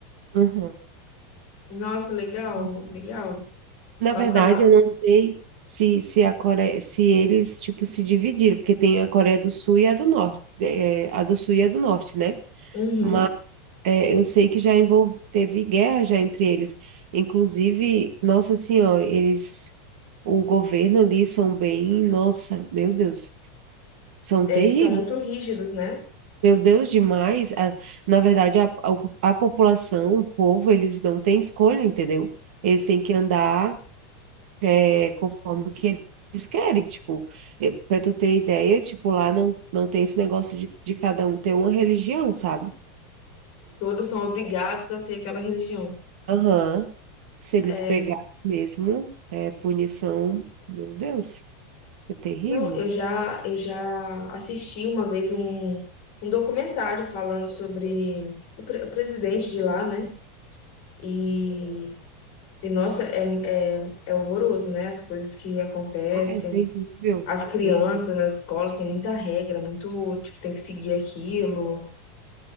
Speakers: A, on the right; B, on the left.
A: Aham.
B: Nossa, legal,
A: Uhum.
B: legal.
A: Na
B: Nossa,
A: verdade,
B: lá.
A: eu não sei se, se a Coreia, se eles, tipo, se dividiram, porque tem a Coreia do Sul e a do Norte, é, a do Sul e a do Norte, né?
B: Uhum.
A: Mas é, eu sei que já envol- teve guerra já entre eles. Inclusive, nossa senhora, eles, o governo ali são bem, nossa, meu Deus, são
B: é,
A: terríveis.
B: Eles são muito rígidos, né?
A: Meu Deus, demais. A- na verdade, a, a, a população, o povo, eles não têm escolha, entendeu? Eles têm que andar é, conforme o que eles querem. Tipo, para tu ter ideia, tipo, lá não, não tem esse negócio de, de cada um ter uma religião, sabe?
B: Todos são obrigados a ter aquela religião.
A: Aham. Se eles
B: É,
A: pegarem mesmo, é punição, meu Deus, é terrível.
B: Não, eu já, eu já assisti uma vez um, um documentário falando sobre o, pre- o presidente de lá, né? E, e nossa, é, é, é horroroso, né? As coisas que acontecem,
A: Ah, é terrível.
B: as crianças
A: Meu Deus,
B: nas escolas tem muita regra, muito, tipo, tem que seguir aquilo.